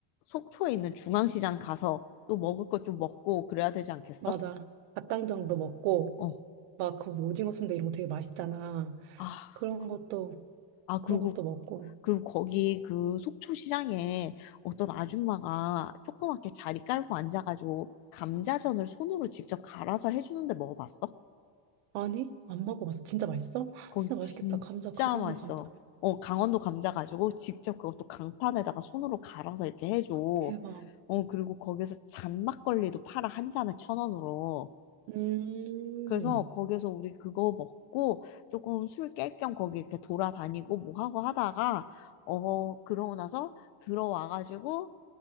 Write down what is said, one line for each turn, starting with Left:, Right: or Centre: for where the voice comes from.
Left: 속초에 있는 중앙시장 가서 또 먹을 것 좀 먹고 그래야 되지 않겠어?
Right: 맞아. 닭강정도 먹고,
Left: 어.
Right: 막 거기 오징어 순대 이런 거 되게 맛있잖아.
Left: 아,
Right: 그런 것도,
Left: 아,
Right: 그런
Left: 그리고
Right: 것도 먹고.
Left: 그리고 거기 그 속초시장에 어떤 아줌마가 조그맣게 자리 깔고 앉아가지고 감자전을 손으로 직접 갈아서 해주는데 먹어봤어?
Right: 아니, 안 먹어봤어. 진짜 맛있어? <gasps>
Left: 거기
Right: 진짜 맛있겠다.
Left: 진짜
Right: 감자, 강원도
Left: 맛있어.
Right: 감자면.
Left: 어, 강원도 감자 가지고 직접 그것도 강판에다가 손으로 갈아서 이렇게 해줘. 어,
Right: 대박.
Left: 그리고 거기서 잔막걸리도 팔아, 한 잔에 천 원으로.
Right: 음,
Left: 그래서 거기서 우리 그거 먹고 조금 술 깰 겸 거기 이렇게 돌아다니고 뭐 하고 하다가, 어, 그러고 나서 들어와가지고,